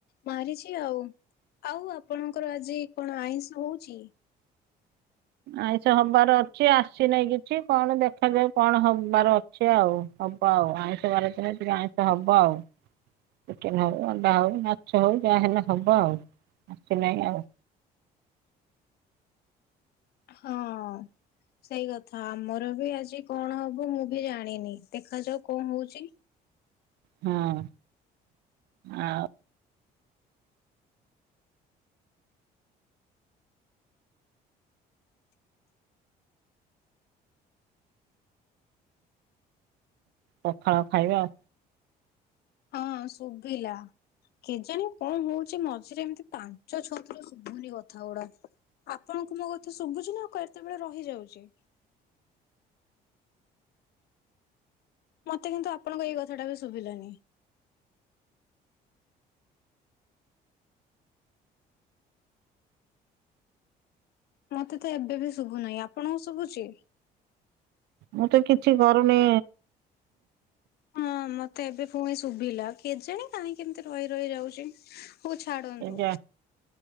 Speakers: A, on the left; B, on the right.
A: ମାରିଛି ଆଉ ଆଉ ଆପଣଙ୍କର ଆଜି କଣ ଆଇଁଷ ହଉଛି?
B: ଆଇଁଷ ହବାର ଛି ଆସିନାହିଁ କିଛି କଣ ଦେଖାଯାଉ କଣ ହବାର ଅଛି ଆଉ ହବ ଆଉ ଆଇଁଷ ବାର ଦିନ ଟିକେ ଆଁ ହବ ଆଉ ଚିକେନ ହଉ ଅଣ୍ଡା ହଉ ମାଛ ହଉ ଯାହା ହେଲେ ହବ ଆଉ ଆସିନାହିଁ ଆଉ
A: ହଁ ସେଇ କଥା ଆମର ବି ଆଜି କଣ ହବ ମୁଁ ବି ଜାଣିନି ଦେଖାଯାଉ କଣ ହଉଛି
B: ହଁ ଆଉ ପଖାଳ ଖାଇବା ଆଉ
A: ହଁ ଶୁଭିଲା କେଜାଣେ କଣ ହଉଛି ମଝିରେ ଏମିତି ପାଞ୍ଚ ଛତୁର ଶୁଭୁନି କଥା ଗୁଡା। ଆପଣଙ୍କୁ ମୋ କଥା ଶୁଭୁଛି ନା ଆଉ କେତେବେଳେ ରହିଯାଉଛି? ମତେ କିନ୍ତୁ ଆପଣଙ୍କ ଏଇ କଥାଟା ବି ଶୁଭିଲାନି ମତେ ତ ଏବେ ବି ଶୁଭୁନାହିଁ ଆପଣଙ୍କୁ ଶୁଭୁଛି?
B: ମୁଁ ତ କିଛି କରୁନି
A: ହଁ ମତେ ଏବେ ପୁଣି ଶୁଭିଲା କେଜାଣି କାହିଁ କେମିତି ରହି ରହି ଯାଉଛି ହଉ ଛାଡନ୍ତୁ
B: ଯା